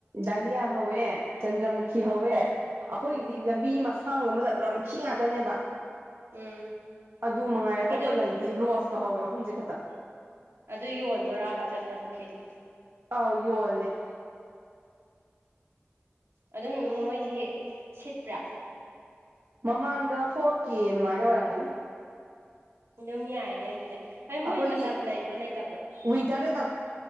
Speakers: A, on the right (about 65°); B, on the right (about 80°).
A: ꯗꯥꯂꯤꯌꯥ
B: ꯎꯝ
A: ꯍꯧꯋꯦ ꯆꯟꯗ꯭ꯔꯃꯨꯈꯤ
B: ꯎꯝ
A: ꯍꯧꯋꯦ ꯑꯩꯈꯣꯏꯒꯤꯗꯤ
B: ꯎꯝ
A: ꯂꯝꯕꯤ ꯃ ꯊꯥꯡꯗ ꯃ ꯆꯟꯗ꯭ꯔ ꯃꯨꯛꯈꯤ ꯉꯥꯛꯇꯅꯦꯕ
B: ꯎꯝ
A: ꯑꯗꯨ ꯃꯉꯥꯏ ꯑꯇꯣꯞꯄ
B: ꯑꯗꯨ
A: ꯂꯩ ꯒꯤ ꯔꯣꯁꯀ ꯍꯧꯋꯦ ꯑꯍꯨꯝꯁꯦ ꯈꯛꯇ
B: ꯑꯗꯨ ꯌꯣꯟꯗꯣꯔꯕ ꯆꯟꯗ꯭ꯔꯃꯨꯈꯤꯗꯣ
A: ꯑꯥꯎ ꯌꯣꯜꯂꯦ
B: ꯑꯗꯨꯝ ꯃꯣꯏꯁꯤ ꯁꯤꯠꯄ꯭ꯔꯥ
A: ꯃꯃꯥꯡꯗ ꯐꯣꯔ ꯀꯦ ꯑꯗꯨꯃꯥꯏꯅ ꯑꯣꯏꯔꯝꯒꯅꯤ
B: ꯑꯗꯨꯝ ꯌꯥꯏꯅꯦ ꯑꯗꯨꯗꯤ
A: ꯑꯩꯈꯣꯏꯒꯤ
B: ꯃꯣꯏ ꯃꯇꯝ ꯂꯩꯕ꯭ꯔꯣ ꯂꯩꯇꯕ꯭ꯔꯣ
A: ꯋꯤꯟꯇꯔꯗꯗꯪ